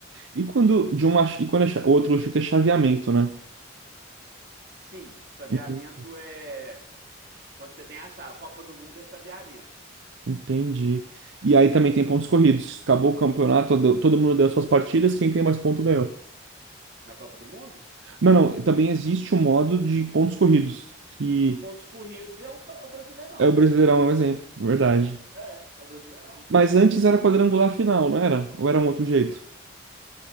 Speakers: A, on the right; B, on the right.
A: E quando de uma, e quando é, cha- outro chute é chaveamento, né?
B: Sim, chaveamento
A: Enten-
B: é quando você tem a chave. A Copa do Mundo é chaveamento.
A: Entendi. E aí também tem pontos corridos. Acabou o campeonato, todo todo mundo deu suas partidas, quem tem mais ponto ganhou.
B: Na Copa do Mundo,
A: Não, não, também existe o modo de pontos corridos, que
B: pontos corridos é o, ca- é o Brasileirão.
A: é o Brasileirão é um exemplo, é verdade.
B: É, é o Brasileirão.
A: Mas antes era quadrangular final, não era? Ou era um outro jeito?